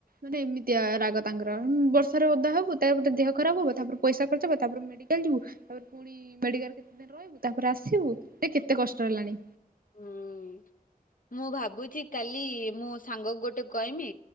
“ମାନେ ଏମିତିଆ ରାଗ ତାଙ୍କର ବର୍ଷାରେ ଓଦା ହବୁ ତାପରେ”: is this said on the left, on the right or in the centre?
Right